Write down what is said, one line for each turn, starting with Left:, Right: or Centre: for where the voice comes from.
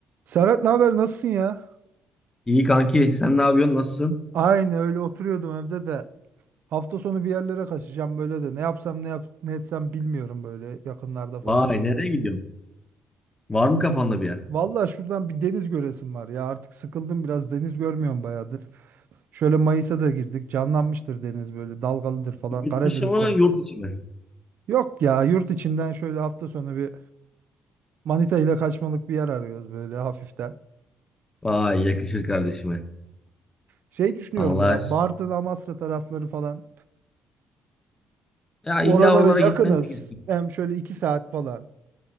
Right: Serhat ne haber nasılsın ya?
Left: İyi kanki, sen ne yapıyorsun? Nasılsın?
Right: Aynı öyle oturuyordum evde de. Hafta sonu bir yerlere kaçacağım böyle de. Ne yapsam ne yap ne etsem bilmiyorum böyle yakınlarda falan.
Left: Vay, nereye gidiyorsun? Var mı kafanda bir yer?
Right: Vallahi şuradan bir deniz göresim var ya. Artık sıkıldım biraz deniz görmüyorum bayağıdır. Şöyle Mayıs'a da girdik. Canlanmıştır deniz böyle dalgalıdır falan
Left: Yurt
Right: Karadeniz
Left: dışı mı,
Right: tarafı.
Left: yurt içi mi?
Right: Yok ya yurt içinden şöyle hafta sonu bir Manita ile kaçmalık bir yer arıyoruz böyle hafiften.
Left: Vay, yakışır kardeşime.
Right: Şey düşünüyorum
Left: Allah.
Right: ya Bartın, Amasra tarafları falan.
Left: Ya
Right: Oralara
Left: illa oralara
Right: yakınız.
Left: gitmen de gerekiyor.
Right: Hem şöyle iki saat falan.